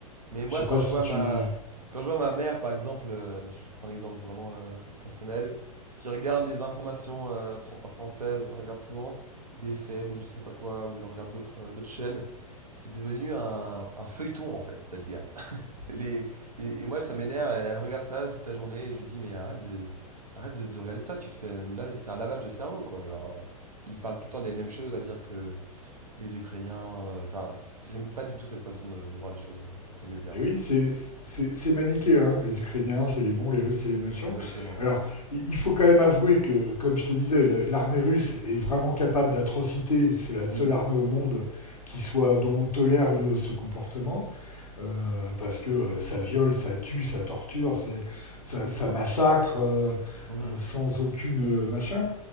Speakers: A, on the right; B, on the left.
A: Mais moi,
B: Je sais pas
A: quand je
B: si
A: vois
B: tu.
A: ma, quand je vois ma mère, par exemple, euh, je te prends un exemple vraiment euh, personnel, qui regarde les informations euh, fran- euh, françaises, elle regarde souvent BFM ou je sais pas quoi, ou elle regarde d'autres euh, d'autres chaînes, c'est devenu un, un feuilleton en fait, cette guerre. <laughs> Les, et, et moi, ça m'énerve, elle, elle regarde ça toute la journée et je lui dis, mais arrête de, arrête de, de regarder ça, tu te fais, là, c'est un lavage de cerveau quoi. Genre, euh, ils parlent tout le temps des mêmes choses, à dire que Les Ukrainiens, heu, enfin, c j'aime pas du tout cette façon de de voir les choses, heu, avec les médias,
B: Et
A: moi.
B: oui, c'est c'est- c'est maniqué, hein. Les Ukrainiens, c'est les bons, les Russes, c'est les méchants.
A: Exactement.
B: Alors, i- il faut quand même avouer que, comme je te disais, la- l'armée russe est vraiment capable d'atrocités. C'est la seule
A: Oui.
B: armée au monde qui soit dont on tolère le- ce comportement, euh, parce que euh, ça viole, ça tue, ça torture, c'est- ça, ça massacre euh,
A: Mmh
B: euh, sans aucune euh, machin.